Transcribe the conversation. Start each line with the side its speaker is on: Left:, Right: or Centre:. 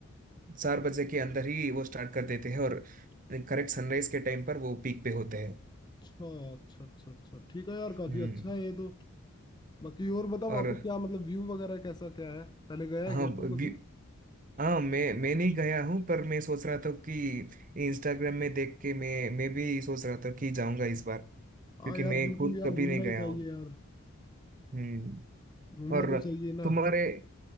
Right: अ, चार बजे के अंदर ही वो स्टार्ट कर देते हैं और करेक्ट सनराइज के टाइम पर वो पीक पे होते हैं
Left: अच्छा अच्छा अच्छा अच्छा ठीक है यार काफी
Right: हम्म
Left: अच्छा है ये तो बाकी और बता
Right: और
Left: वहां पे क्या मतलब व्यू वगैरह कैसा क्या है पहले गया
Right: हाँ
Left: है क्या तू
Right: व्यू
Left: कभी
Right: हाँ मैं मैं नहीं गया हूँ पर मैं सोच रहा था कि इंस्टाग्राम में देख के मैं मैं भी सोच रहा था कि जाऊंगा इस बार क्योंकि
Left: हाँ यार
Right: मैं
Left: बिल्कुल
Right: खुद
Left: यार
Right: कभी
Left: घूमना
Right: नहीं
Left: ही
Right: गया
Left: चाहिए
Right: हूँ
Left: यार
Right: हम्म
Left: घूमना
Right: और
Left: तो चाहिए ना
Right: तुम्हारे